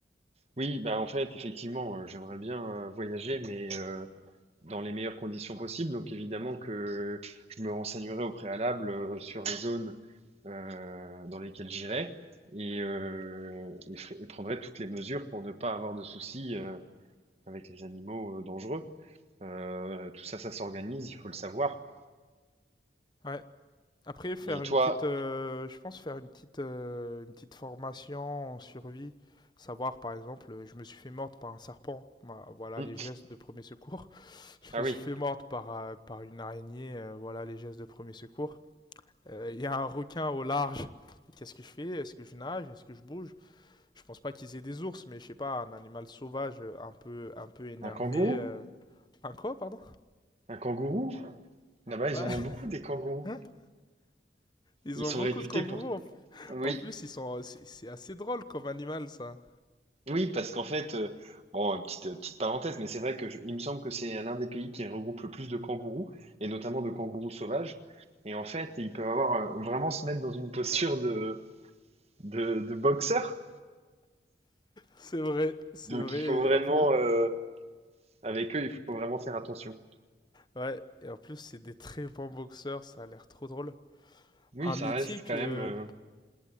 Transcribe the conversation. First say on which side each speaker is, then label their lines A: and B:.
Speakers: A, on the right; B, on the left.
A: Oui, bah en fait, effectivement, euh, j'aimerais bien euh, voyager, mais... euh, dans les meilleures conditions possibles. Donc évidemment que je me renseignerai au préalable euh, sur les zones euh, dans lesquelles j'irai et, euh, et, fer- et prendrai toutes les mesures pour ne pas avoir de soucis euh, avec les animaux euh, dangereux. Euh, tout ça, ça s'organise, il faut le savoir.
B: Ouais. Après, faire
A: Et toi,
B: une petite, euh, je pense faire une petite, euh, une petite formation en survie, savoir par exemple, euh, je me suis fait mordre par un serpent, Bah, voilà
A: hum,
B: les gestes de premier secours. Je
A: ah
B: me
A: oui,
B: suis fait morte par, euh, par une araignée, euh, voilà les gestes de premier secours. Euh, Il euh, y a un requin au large. Qu'est-ce que je fais Est-ce que je nage Est-ce que je bouge Je pense pas qu'ils aient des ours, mais je sais pas, un animal sauvage euh, un peu, un peu énervé.
A: un kangourou?
B: euh, Un quoi, pardon
A: Un kangourou? Là-bas,
B: Ouais.
A: ils en ont beaucoup des kangourous.
B: <laughs> Ils
A: Ils
B: ont
A: sont
B: beaucoup
A: réputés
B: de kangourous.
A: pour... Oui,
B: En- En plus, ils sont. c'est- C'est assez drôle comme animal, ça.
A: Oui, parce qu'en fait, euh, bon, petite, euh, petite parenthèse, mais c'est vrai que je- il me semble que c'est l'un des pays qui regroupe le plus de kangourous, et notamment de kangourous sauvages. Et en fait, ils peuvent avoir euh, vraiment se mettre dans une posture de, de, de boxeur.
B: C'est vrai, c'est
A: Donc
B: vrai.
A: il faut vraiment,
B: Et En plus,
A: euh, avec eux, il faut vraiment faire attention.
B: ouais. Et en plus, c'est des très bons boxeurs. Ça a l'air trop drôle.
A: Oui,
B: Un
A: ça
B: métier
A: reste
B: que.
A: quand même euh,